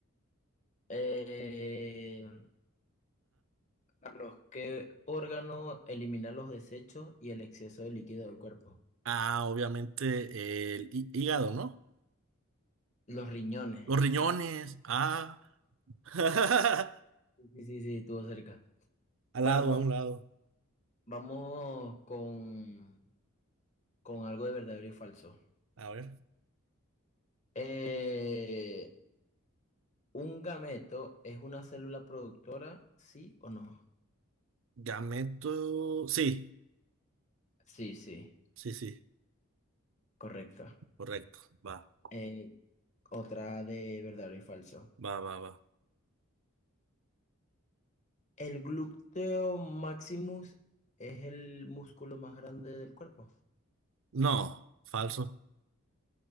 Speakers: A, on the left; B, on the right.
A: <laughs> Eh, Carlos, ¿qué órgano elimina los desechos y el exceso de líquido del cuerpo?
B: Ah, obviamente el hí- hígado, ¿no?
A: Los riñones.
B: Los riñones, ah. <laughs>
A: Sí, sí, sí, sí, estuvo cerca.
B: Al
A: Bueno,
B: lado,
A: mo-
B: a un lado.
A: vamos con, con algo de verdadero y falso.
B: A ver.
A: Eh, ¿un gameto es una célula productora, sí o no?
B: Gameto... Sí,
A: Sí, sí,
B: sí, sí,
A: correcto.
B: correcto. Va,
A: Eh, otra de verdadero y falso.
B: va, va, va.
A: ¿El glúteo maximus es el músculo más grande del cuerpo?
B: No, falso.